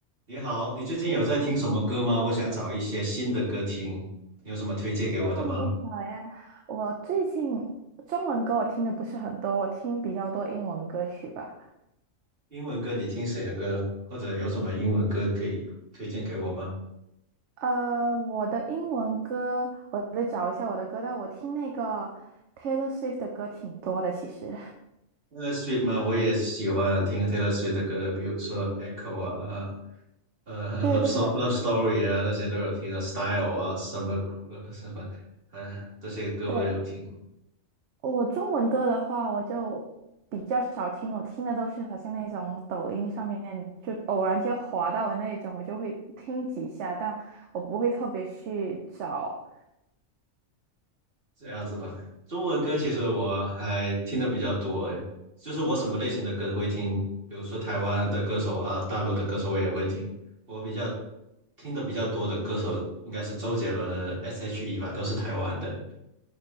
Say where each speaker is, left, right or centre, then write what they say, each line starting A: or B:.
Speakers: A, on the right; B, on the right.
A: 你好，你最近有在听什么歌吗？我想找一些新的歌听，你有什么推荐给我的吗？
B: 啊，你好呀！我最近中文歌我听的不是很多，我听比较多英文歌曲吧。
A: 英文歌你听谁的歌？或者有什么英文歌可以推荐给我吗
B: 呃，我的英文歌，我得找一下我的歌单。我听那个 Taylor Swift 的歌挺多的，其实。
A: ？Taylor Swift 吗？我也喜欢听 Taylor Swift 的歌，比如说《Echo》啊，呃，
B: 对对
A: 《Love So Love Story》啊，那些都有听啊，《Style》啊，《Summer》呃什么，呃，这些歌我都有听。
B: 对，我中文歌的话，我就比较少听，我听的都是好像那种抖音上面就偶然间滑到的那种，我就会听几下，但我不会特别去找。
A: 这样子吧，中文歌其实我还听的比较多，诶，就是我什么类型的歌都会听，比如说台湾的歌手啊，大陆的歌手我也会听。我比较听的比较多的歌手应该是周杰伦的 S.H.E 吧，都是台湾的。